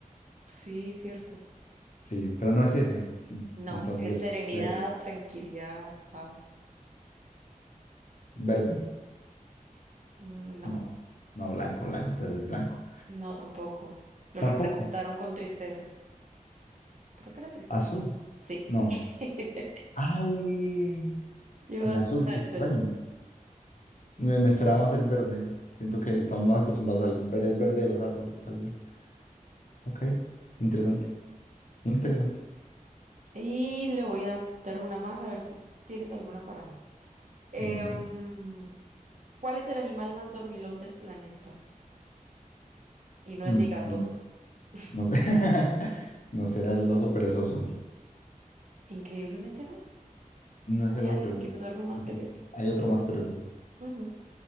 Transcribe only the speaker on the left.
Sí, pero no es ese.
Entonces
el
verde,
verde,
no, no, blanco, blanco, entonces es blanco.
Tampoco,
azul,
no.
Ay,
el azul,
qué
extraño.
Me, me esperaba más el verde. Siento que estamos más acostumbrados al ver el verde de los árboles, tal vez. Ok, interesante, interesante.
Dale.
Mm,
No, s- no
sé. <laughs> No será el oso perezoso.
No es el
oso
perezoso.
Entonces,
hay otro más perezoso.